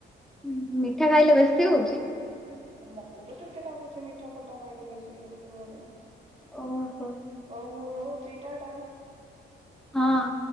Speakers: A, in the centre; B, on the right (about 35°).
A: ହଁ ମିଠା ଖାଇଲେ ବେଶୀ ହୋଉଚି?
B: ମତେ ତ ସେମିତି ଲାଗୁଛି ମିଠା ଖଟା ଖାଇଲେ ବେଶୀ ହଉଛି ଭଳିଆ।
A: ଓହୋ।
B: ହଉ ମୁଁ ରହୁଚି ଟା ଟା।
A: ହଁ।